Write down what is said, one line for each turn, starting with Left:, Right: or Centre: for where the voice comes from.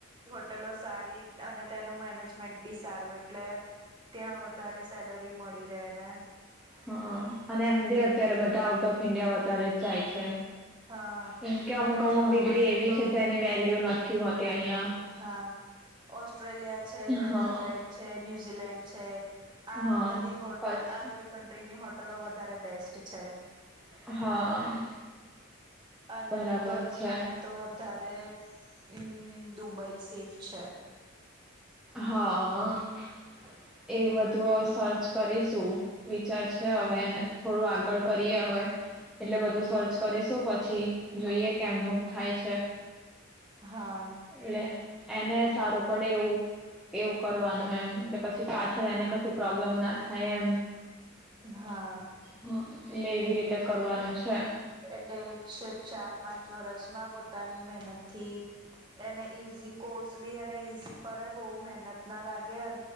Right: ટલો સારી અને તેનું મેનેજમેન્ટ બી સારું એટલે ત્યાં વધારે સેલરી મળી રહે ને.
Centre: હા અને એમ બી અત્યારે બધા આઉટ ઓફ ઇન્ડિયા વધારે જ જાય છે.
Right: હા
Centre: કેમ કે અમુક
Right: અને
Centre: અમુક
Right: જવા
Centre: ડિગ્રી
Right: માટે
Centre: એવી છે
Right: તો
Centre: જેની વેલ્યુ નથી હોતી અહિયાં
Right: હા ઓસ્ટ્રેલિયા છે નેધરલેન્ડ
Centre: હા
Right: છે ન્યૂ ન્યઝીલેન્ડ છે. આ
Centre: હા
Right: બધી હોટ
Centre: પછી
Right: આ બધી કંન્ટ્રીની હોટ ટલો વધારે બેસ્ટ છે.
Centre: હા.
Right: અને
Centre: બરાબર
Right: ગર્લ્સ
Centre: છે
Right: માટે તો વધારે ઇન દુબઈ સેફ છે.
Centre: હા. એ બધું સર્ચ કરીશું. વિચાર છે
Right: હા
Centre: હવે એને થોડું આગળ કરીએ હવે. એટલે બધું સર્ચ કરીશું પછી જોઈએ કેમનું થાય છે.
Right: હા
Centre: એલે એને સારો પડે એવું એવું કરવાનું એમ, એટલે પછી પાછળ એને કશું પ્રોબ્લેમ ના થાય એમ
Right: હા
Centre: હા એટ લેવી રીતે કરવાનું છે
Right: એટલે ચાર પાંચ વર્ષ માં પોતાની મહેનત થી એને ઈઝી કોર્સ બી એને ઈઝી પરે બહુ મહેનત ના લાગે અને